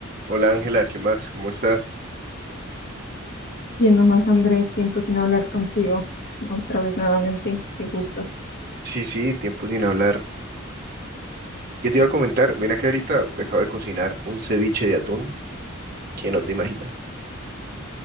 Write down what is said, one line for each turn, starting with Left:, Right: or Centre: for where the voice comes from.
Right: Hola Ángela, ¿qué más? ¿Cómo estás?
Left: Bien, nomás Andrés, tiempo sin hablar contigo. Otra vez nuevamente, qué gusto.
Right: Sí, sí, tiempo sin hablar. ¿Qué te iba a comentar? Mira que ahorita me acabo de cocinar un ceviche de atún que no te imaginas.